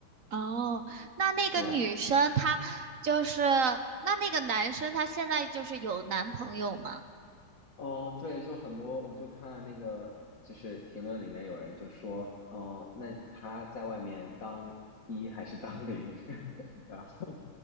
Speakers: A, on the right; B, on the left.
A: 哦，那那个女生她就是，
B: 对，
A: 那那个男生他现在就是有男朋友吗？
B: 哦，对，就很多，我就看那个，就是评论里面有人就说，哦，那他在外面当一还是当零？<laughs> 然后